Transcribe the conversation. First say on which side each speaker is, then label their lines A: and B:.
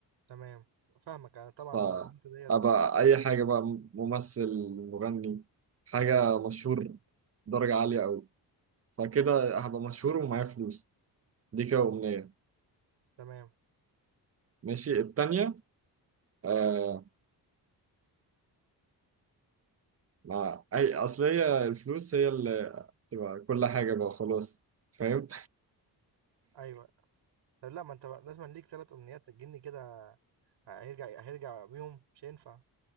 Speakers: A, on the right; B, on the right.
A: تمام، فاهمك أنا طبعًا
B: فأبقى
A: النقطة ديّة
B: أي حاجة بقى ممثل مغني حاجة مشهور درجة عالية أوي فكده هبقى مشهور ومعايا فلوس دي كده أمنية
A: تمام،
B: ماشي التانية آه مع أي أصل هي الفلوس هي اللي تبقى كل حاجة بقى خلاص فاهم
A: أيوه. طب لأ، ما أنت لازمًا ليك 3 أمنيات، الجني كده هيرجع هيرجع بيهم، مش هينفع.